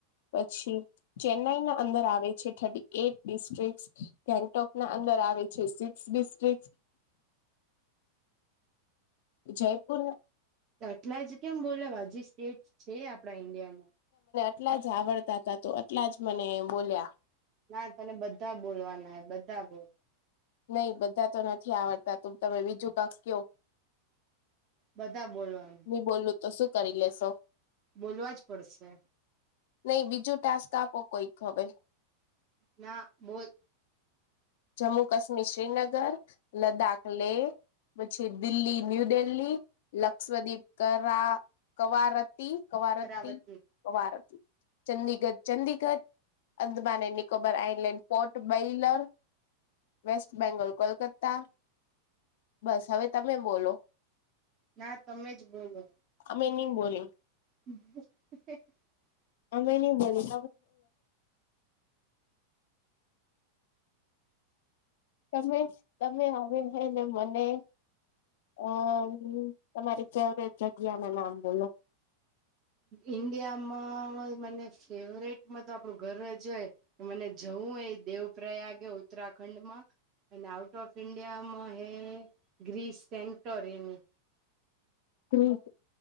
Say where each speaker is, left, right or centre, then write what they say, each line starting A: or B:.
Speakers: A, on the left; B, on the right.
A: પછી ચેન્નાઈ ના અંદર આવે છે થર્ટી એટ ડિસ્ટ્રિક ગેંગટોક ના અંદર આવે છે સિક્સ ડિસ્ટ્રિક જયપુર
B: એટલા જ કેમ બોલે હજી સ્ટેટ છે આપડા ઈન્ડિયામાં
A: એટલા જ આવડતા હતા તો એટલા જ મને બોલ્યા
B: ના તને બધા બોલવાના બધા બોલ
A: નહી બધા તો નથી આવડતા તું તમે બીજું કક્ષ કયો
B: બધા બોલવાના
A: ની બોલું તો શું કરી લેશો
B: બોલવા જ પડશે
A: નઈ બીજું ટાસ્ક આપો કોઈક હવે
B: ના બોલ
A: જમ્મુ કાશ્મીર શ્રીનગર, લદ્દાખ લેહ, પછી દિલ્હી ન્યૂ દિલ્હી, લક્ષદીવીપ કરા Kavaratti, Kavaratti,
B: Kavaratti
A: Kavaratti, Chandigarh, Chandigarh, Andaman Nicobar island port Blair West Bengal Kolkata બસ હવે તમે બોલો?
B: ના તમે જ બોલો
A: મેં ની બોલી
B: <inaudible>
A: અમે નહી બોલ <inaudible> તમે તમે આવે છે ને મને અ તમારી ફવ જગ્યા ના નામ બોલો
B: ઈન્ડિયામાં મને ફેવરેટમાં તો આપણું ઘર જ હોય મને જ હું એ દેવ પ્ર્રયાગ ઉત્તરાખંડમાં અને આઉટ ઓફ ઈન્ડિયામાં હે ગ્રીસ સેગટોરીની
A: ગ્રીસ